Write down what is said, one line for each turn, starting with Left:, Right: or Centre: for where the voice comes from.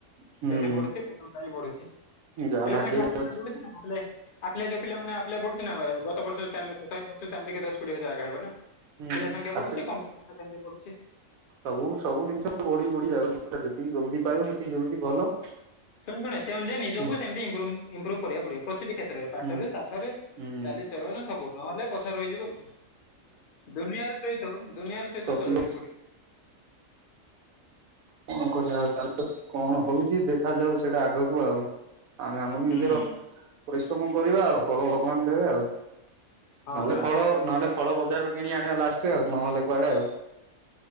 Right: ହୁଁ
Left: କେମିତି ବଢୁଚି କ ପାଇଁ ବଢୁଚି।
Right: ଯାହା
Left: ପିଲ
Right: ଭାଗ୍ୟରେ
Left: ସଂଖ୍ୟା ଆପେ
Right: ଅଛି
Left: ଆ ବଢୁଥିବା କଲେ ଆପ୍ଲାଏ ଯୋଉ ପିଲମାନେ ଆପ୍ଲାଏ ବଢୁଛି ନା ଗତ ବର୍ଷ ଚାରି ଲକ୍ଷ ତ ଏ ବର୍ଷ ଚାରି ଲକ୍ଷ ଦଶ କୋଡିଏ ହଜାର ହେବ ନା।
Right: ହୁଁ
Left: ପିଲା ସଂଖ୍ୟା
Right: ଆସ୍ତେ
Left: ବଢୁଚି କମ୍ପିଟିସନ୍ ସେମିତି ବଢୁଚି‌।
Right: ସବୁ ସବୁ ଜିନିଷ ବଢି ବଢି ଯାଉଚି ଯେତିକି ଜଲଦି ପାଇବ ସେତିକି ଜଲଦି ଭଲ।
Left: ଶୁଣି ଶୁଣେ ସେ ଅନୁଯାୟ ନିଜକୁ
Right: ହୁଁ
Left: ସେମିତିଭ ଇଂପ୍ରୁବ୍ ଇମ୍ପ୍ରୁବ୍ କରିବାକୁ ପଡିବ ପ୍ରତିଟି କ୍ଷେତ୍ରରେ ପାଠରେ
Right: ହୁଁ
Left: ସାଠରେ।
Right: ହୁଁ ହୁଁ
Left: ଚାଲି ଚଳନ ସବୁ ନହେଲେ ପଛରେ ରହିଯିବୁ ଆଉ ଦୁନିଆରେ ର ହେଇ ଦୁନିଆର ସହିତ
Right: ପ୍ରତିବର୍ଷ
Left: ଚଳେଇବା କୁ ପଡ଼ି
Right: କଣ କରିବା ଆଉ ଚାଲ। କଣ ହୋଉଚି ଦେଖାଯାଉ ସେଇଟା ଆଗକୁ ଆଉ ଆମେ ଆମର
Left: ହୁଁ
Right: ନିଜର ପରିଶ୍ରମ କରିବା ଆଉ ଫଳ ଭଗବାନ୍ ଦେବେ ଆଉ
Left: ହଁ
Right: ନହେଲେ
Left: ପରା
Right: ଫଳ ନହେଲେ ଫଳ ବଜାରରୁ କିଣି ଆଣିବା ଲାଷ୍ଟ୍ ରେ ଆଉ ନହେଲେ କୁଆଡେ ଆଉ।